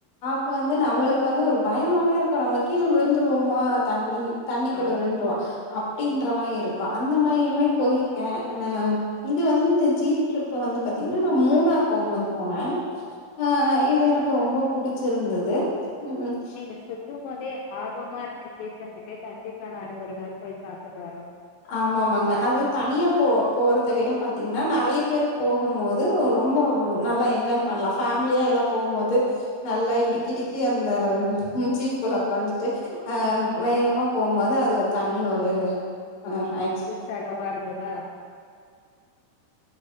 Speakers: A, on the left; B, on the left.
A: இப்ப வந்து நம்மளுக்கு வந்து ஒரு பயமாவே இருக்கு நம்ம கீழ விழுந்துருவோமா தண்ணி தண்ணிக்குள்ள
B: ஆ
A: விழுந்துருவா அப்டின்ற மாரி இருக்கு அந்த மாரியுமே போயிருக்கே ஆனா இது வந்து இந்த ஜீப் டரிப் வந்து பாத்தீங்ன்னா நா மூணார் போம்மோது போனே ஆ இது எனக்கு ரொம்போ புடிச்சிருந்தது ம் ம்
B: நீங்க சொல்லும் போதே ஆர்வமா இருக்கு கேக்கறதுக்கு கண்டிப்பா நானு ஒரு நாள் போய் பாத்துட்டு வரே
A: ஆமாமாங்க அது தனியா போ போறத விட பாத்தீங்ன்னா நெறைய பேரு போகும் போ து ரொம்ப நல்லா என்ஜாய் பண்லா ஃபேமிலியா எல்லா போம்மோது நல்லா இடுக்கிடுக்கி
B: ஆ
A: அந்த ம் ஜீப்க்குள்ள உக்காஞ்சு ட்டு வேகமா போம்மோது அது ஒரு தனி ஒரு அ
B: உற்ச்சாகமா இருந்ததா